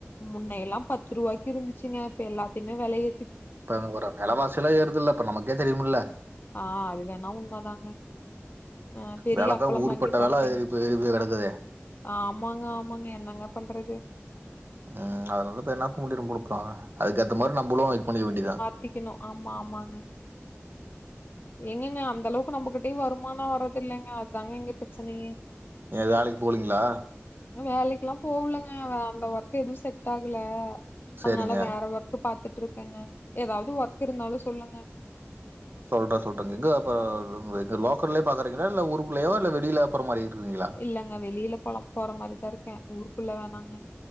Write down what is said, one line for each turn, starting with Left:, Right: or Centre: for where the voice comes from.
Left: முன்னையல்லா பத்து ரூவாய்க்கி இருந்துச்சுங்க இப்ப எல்லாத்தையுமே வெலயே
Right: இப்ப ஒரு வெலவாசில்லா ஏறுதுல்ல இப்ப நமக்கே தெரியுமுல்ல
Left: ஆ அது வேணா உண்மதாங்க ஆ பெரிய
Right: வேலதா
Left: அப்பளம்
Right: ஊருப்பட்ட
Left: வாங்கி சாப்ட்டேங்க
Right: வேல இப்ப ஏறிப்போய் கெடக்குது
Left: ஆமாங்க ஆமாங்க என்னங்க பண்றது
Right: ம் அதனால <unintelligible> ரொம்ப டுக்றா அதுக்கேத்த மாரி நம்மளு இது பண்ணிக்க வேண்டியதா
Left: ட்டிக்கணு ஆமா ஆமாங்க எங்கெங்க அந்த அளவுக்கு நம்பகிட்டயு வருமானம் வரதில்லங்க அத்தாங்க இங்க பிரச்சனையே
Right: ஏ வேலைக்கி போலங்ளா
Left: வேலைக்கில்லா போவுலங்க அந்த ஒர்க் எது செட் ஆகல
Right: சேரிங்க
Left: அதனால வேற ஒர்க் கு பாத்துட்ருக்கேங்க எதாவ்து ஒர்க் இருந்தாலு சொல்லுங்க
Right: சொல்ற சொல்றேங்க இங்க இப்ப இங்க லோக்கல்லயா பாக்குறீங்களா இல்ல ஊருக்குலயோ இல்ல வெளியில போற மாரி இருக்கீங்களா
Left: இல்லங்க வெளியில போல போற மாரிதா இருக்கே ஊருக்குள்ள வேணாங்க